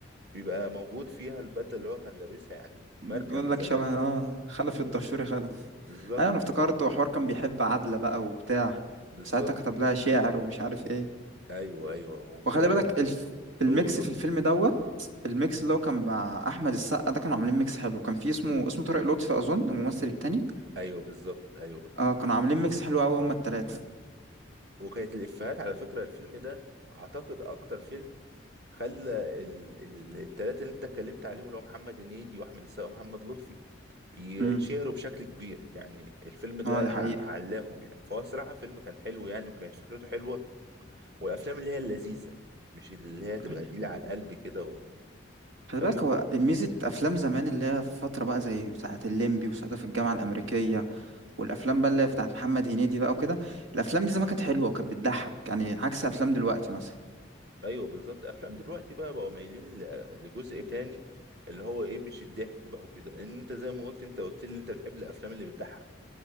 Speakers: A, on the right; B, on the right.
A: بيبقى موجود فيها البدلة اللي هو كان لابسها يعني
B: بقول
A: ماركة من
B: لك
A: زمان
B: شبه اه خلف الدشوري خلف
A: بالظبط
B: انا انا افتكرت وحوار كان بيحب عبلة بقى وبتاع
A: بالظبط
B: ساعتها كتب لها شعر ومش عارف ايه
A: ايوه ايوه وفي
B: وخلي
A: الاخر
B: بالك الف... في
A: اقوله
B: الميكس في الفيلم دوت الميكس اللي هو كان مع احمد السقا ده كانوا عاملين ميكس حلو كان في اسمه اسمه طارق لطفي اظن الممثل التاني
A: ايوه بالظبط ايوه
B: اه كانوا
A: لا.
B: عاملين ميكس حلو قوي هما التلاتة
A: وكانت الافيهات على فكرة الفيلم ده اعتقد اكتر فيلم خلى ال- ال- التلاتة اللي انت اتكلمت عليهم اللي هو محمد هنيدي واحمد السقا ومحمد لطفي يتشهروا
B: امم
A: بشكل كبير يعني الفيلم ده
B: اه دي
A: ع-
B: حقيقة
A: علاهم يعني فهو صراحة فيلم كان حلو يعني وكانت فكرته حلوة والأفلام اللي هي اللذيذة مش اللي هي تبقى
B: أيوة.
A: تقيلة على القلب كده و...
B: خلي
A: طب
B: بالك هو ميزة أفلام زمان اللي هي في فترة بقى زي بتاعة الليمبي وساعتها في الجامعة الأمريكية والافلام بقى اللي هي بتاعت محمد هنيدي بقى وكده الافلام دي زمان كانت حلوه وكانت بتضحك يعني عكس افلام دلوقتي مثلا
A: ايوه بالظبط افلام دلوقتي بقى بقوا مايلين ل- لجزء تاني اللي هو ايه مش الضحك بقى وكده لان انت زي ما قلت انت قلت لي انت بتحب الافلام اللي بتضحك